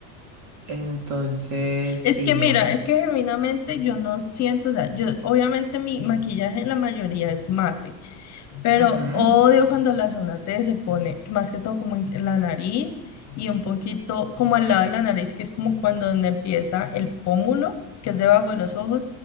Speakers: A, on the right (about 55°); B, on the left (about 35°).
A: entonces, sí,
B: Es que
A: mor.
B: mira, es que genuinamente yo no siento, o sea, yo obviamente mi maquillaje la mayoría es mate. Pero
A: ujú.
B: odio cuando la zona T se pone, más que todo como en la nariz y un poquito como al lado de la nariz, que es como cuando donde empieza el pómulo, que es debajo de los ojos,